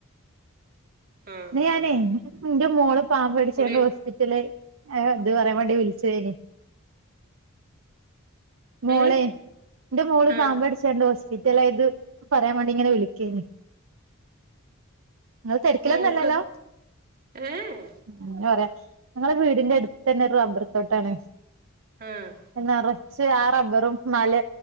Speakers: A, on the right; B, on the right.
A: ആഹ്
B: ഇന്ന് ഞാനേ
A: ആഹ്
B: എന്റെ മോള് പാമ്പ് കടിച്ചായോണ്ട്
A: കുളി
B: ഹോസ്പി റ്റല് ഏ ത് പറയാൻ വേണ്ടി വിളിച്ചേയിനി മോളെ
A: ഏഹ്
B: എന്റെ മോള്
A: ആഹ്
B: പാമ്പ് കടിച്ചാണ്ട് ഹോസ്പിറ്റലായത് പറയാൻ വേണ്ടി ഇങ്ങനെ വിളിക്കേന് നിങ്ങള് തെരക്കിലൊന്നല്ലല്ലോ
A: മോൾക്ക് ഏഹ്
B: എങ്ങന പറയാ ഞങ്ങളെ വീടിന്റെ എടുത്തെന്നെ ഒരു റബ്ബറ് തോട്ടാണ്
A: ആഹ്
B: ന്നറച്ച് ആ റബ്ബറും മല